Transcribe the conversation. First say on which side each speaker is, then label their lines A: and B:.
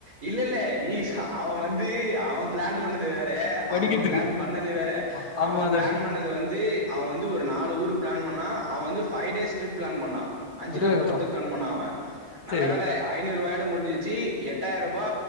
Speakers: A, on the right; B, on the left.
A: இல்ல இல்ல நீ அவன் வந்து அவன் பிளான் பண்ணது வே தே
B: படிக்கிறதுக்கு.
A: அவங்க பிளான் பண்ணது வேற
B: அ ஆமா
A: அவன்
B: அத
A: பிளான் பண்ணது வந்து அவன் வந்து ஒரு நாலு ஊரு பிளான் பண்ணான் அவன் வந்துஃபைவ் டே ட்ரிப் பிளான் பண்ணான் அஞ்சு
B: அப்டியே
A: நாள்
B: எங்கப்பா
A: போறதுக்கு பிளான் பண்ண அவன் நல்ல
B: சரி.
A: வேலை ஐநூறுவாய் அட்டென் பண்னி சி எட்டாயிர ரூபா